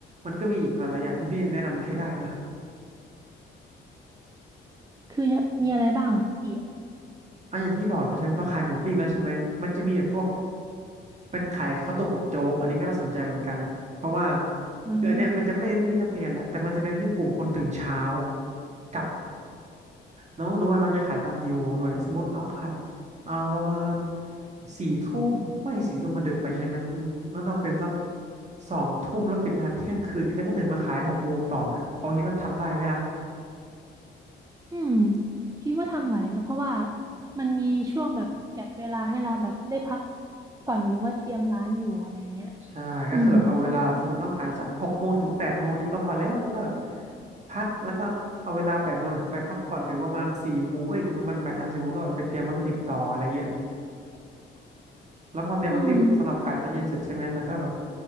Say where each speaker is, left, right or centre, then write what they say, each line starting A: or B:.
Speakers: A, on the right; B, on the right.
A: มันก็มีอีกหลายๆอย่างที่พี่แนะนำให้ได้นะ
B: คือมีอะไรบ้างล่ะคะพี่
A: อ่ะอย่างที่บอกไปใช่ไหมเราขายหมูปิ้งแล้วใช่ไหมมันจะมีแบบพวกเป็นขายข้าวต้มกับโจ๊กอันนี้ก็น่าสนใจเหมือนกันเพราะว่า
B: อืม
A: คืออันเนี้ยมันจะไม่เน้นไปที่นักเรียนละแต่มันจะเน้นไปที่กลุ่มคนตื่นเช้ากับ น้องต้องดูว่าน้องจะขายตอนกี่โมงด้วยสมมติน้องขายแบบอ่าประมาณสี่ทุ่มไม่สี่ทุ่มมันดึกไปใช่ไหมอืมงั้นเราเป็นสักสองทุ่มแล้วปิดร้านเที่ยงคืนนี้แล้วก็ตื่นมาขายหกโมงต่อไงพอคิดว่าทำได้ไหมล่ะ
B: อืมคิดว่าทำไหวนะเพราะว่ามันมีช่วงแบบแก็ปเวลาให้เราแบบได้พักผ่อนหรือว่าเตรียมร้านอยู่อะไรเงี้ย
A: ใช่ก็คือแบบเอาเวลาสมมติน้องขายจากหกโมงถึงแปดโมงนี่ก็พอแล้วแล้วก็แบบ
B: อืม
A: พักแล้วก็เอาเวลาแปดโมงเนี่ยไปพักผ่อนถึงประมาณสี่โมงเอ้ยถึงประมาณบ่ายสามสี่โมงก็แบบไปเตรียมวัตถุดิบต่ออะไรเงี้ยแล้วพอเตรียมวัตถุดิบสำหรับขายตอนเย็นเสร็จใช่ไหมแล้วก็แบบ
B: อืม